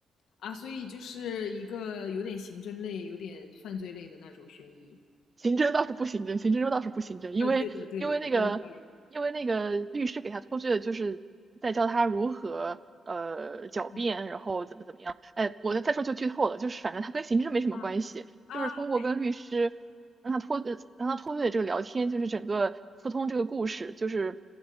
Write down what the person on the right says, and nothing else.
刑侦倒是不刑侦，刑侦中倒是不刑侦，因为因为那个因为那个律师给他脱罪的，
就是在教他如何呃狡辩，
然后怎么怎么样。哎，我再说就剧透了，就是反正他跟刑侦没什么关系，
就是通过跟律师让他脱呃让他脱罪的这个聊天，
就是整个疏通这个故事，就是